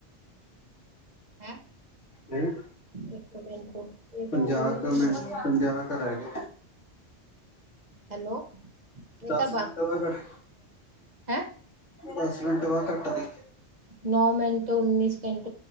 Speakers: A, on the right; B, on the left.
A: ਹੈਂ?
B: ਹੂੰ?
A: ਇੱਕ ਮਿੰਟ। ਇਹ
B: ਪੰਜਾਹ
A: ਤਾਂ ਹੁਣ ਉਹ ਨੀ
B: ਕੁ ਮਿੰਟ,
A: ਹੋ ਰਿਹਾ
B: ਪੰਜਾਹ ਘਰ ਹੈਗੇ।
A: ਹੈਲੋ ਇਹ
B: ਦਸ
A: ਤਾਂ
B: ਮਿੰਟ ਵਾ ਘੱਟ
A: ਹੈਂ <unintelligible>
B: ਦਸ ਮਿੰਟ ਬਾਅਦ ਕੱਟਦੀ।
A: ਨੌ ਮਿੰਟ ਉੱਨੀ ਸੈੰਕੀਡ।